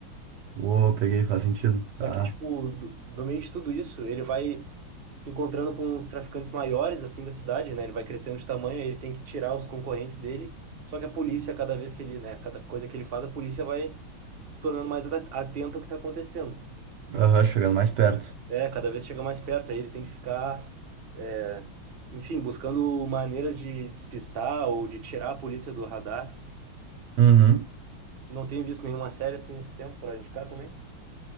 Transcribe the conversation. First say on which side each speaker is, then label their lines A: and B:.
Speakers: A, on the right (about 70°); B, on the right (about 50°).
A: Uou, peguei, faz sentido.
B: Só
A: Tá.
B: que, tipo, do, do meio de tudo isso, ele vai se encontrando com os traficantes maiores, assim, da cidade, né? Ele vai crescendo de tamanho, aí ele tem que tirar os concorrentes dele. Só que a polícia, cada vez que ele, né, cada coisa que ele faz, a polícia vai se tornando mais ata- atenta ao que tá acontecendo.
A: Aham, chegando mais perto.
B: É, cada vez chega mais perto, aí ele tem que ficar, é, enfim, buscando maneiras de despistar ou de tirar a polícia do radar.
A: Uhum.
B: Não tenho visto nenhuma série assim nesse tempo pra indicar também.